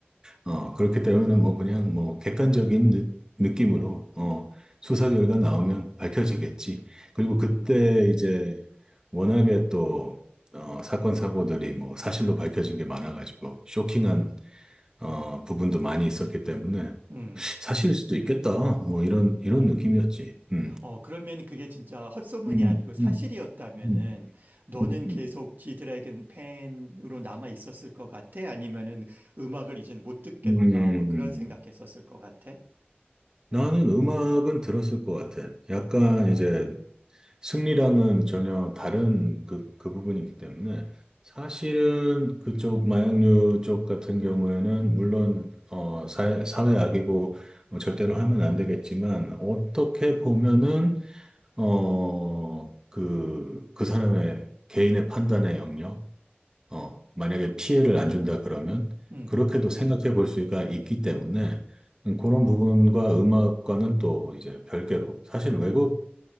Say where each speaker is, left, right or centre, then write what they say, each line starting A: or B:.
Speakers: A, on the right; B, on the right.
A: 어, 그렇기 때문에 뭐 그냥 뭐 객관적인 느, 느낌으로 어, 수사 결과 나오면 밝혀지겠지. 그리고
B: 음,
A: 그때 이제 워낙에 또 어, 사건 사고들이 뭐 사실로 밝혀진 게 많아가지고 쇼킹한 어, 부분도 많이 있었기 때문에
B: 음.
A: 사실일 수도 있겠다. 뭐 이런 이런 느낌이었지. 음.
B: 어, 그러면 그게 진짜 헛소문이
A: 음,
B: 아니고 사실이었다면은
A: 음, 음,
B: 너는
A: 음,
B: 계속 지드래곤 팬으로 남아 있었을 것 같아? 아니면은 음악을 이젠 못 듣겠다,
A: 음. 음.
B: 뭐 그런 생각했었을 것 같아?
A: 나는 음악은 들었을 것 같아. 약간
B: 어,
A: 이제 승리랑은 전혀 다른 그, 그 부분이기 때문에 사실은 그쪽 마약류 쪽 같은 경우에는 물론 어, 사회, 사회 악이고 어, 절대로 하면 안 되겠지만 어떻게 보면은 어, 그, 그 사람의 개인의 판단의 영역 어, 만약에 피해를 안 준다 그러면
B: 음.
A: 그렇게도 생각해 볼 수가 있기 때문에 그런 부분과 음악과는 또 이제 별개로 사실 외국